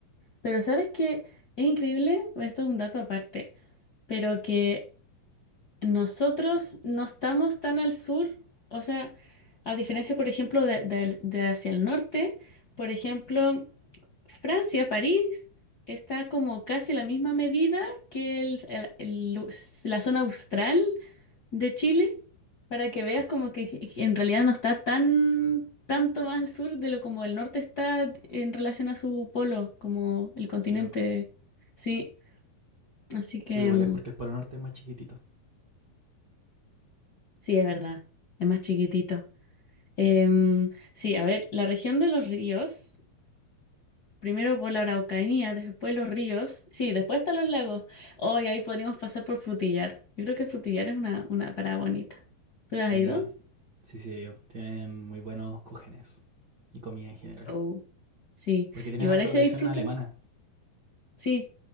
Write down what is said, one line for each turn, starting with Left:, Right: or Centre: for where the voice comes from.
Left: Pero ¿sabes qué? Es increíble, esto es un dato aparte, pero que Nosotros no estamos tan al sur, o sea, a diferencia, por ejemplo, de, de- de hacia el norte, por ejemplo, Francia, París, está como casi a la misma medida que el- el- el- la zona austral de Chile, para que veas como que en realidad no está tan tanto más al sur de lo como el norte está en relación a su polo, como el continente.
Right: qué loco.
Left: Sí, así que
Right: Sí, pero igual
Left: mm,
Right: es porque el Polo Norte es más chiquitito.
Left: sí, es verdad, es más chiquitito. Em, sí, a ver, la región de los ríos, primero por la Araucanía, después los ríos, sí, después están los lagos. Hoy ahí podríamos pasar por Frutillar. Yo creo que Frutillar es una, una parada bonita. ¿Tú
Right: Sí,
Left: has ido?
Right: Sí, sí, ellos tienen muy buenos cúgenes y comida en general.
Left: Oh. Sí,
Right: Porque tienen
Left: igual
Right: harta
Left: ahí se
Right: tradición
Left: disfruta.
Right: alemana.
Left: Sí,